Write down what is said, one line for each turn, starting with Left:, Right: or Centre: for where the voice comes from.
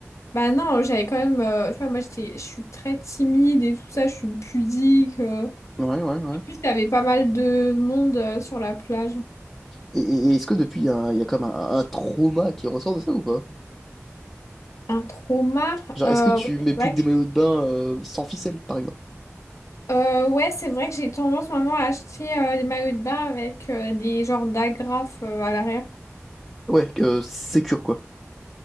Left: bah non j'avais quand même euh, tu vois moi j'étais je suis très timide et tout ça je suis pudique euh.
Centre: Ouais, ouais, ouais.
Left: plus, il y avait pas mal de monde euh, sur la plage.
Centre: Et, et- et est-ce que depuis, il y a, un- il y a comme un, un trauma qui ressort de ça ou pas?
Left: Un trauma.
Centre: Genre,
Left: euh,
Centre: est-ce que tu
Left: ouais, c'est
Centre: mets plus
Left: vrai
Centre: que des
Left: que,
Centre: maillots de bain euh, sans ficelle, par exemple?
Left: euh, ouais, c'est vrai que j'ai tendance maintenant à acheter euh, des maillots de bain avec euh, des genres d'agrafes euh, à l'arrière.
Centre: Ouais, euh, sécure, quoi.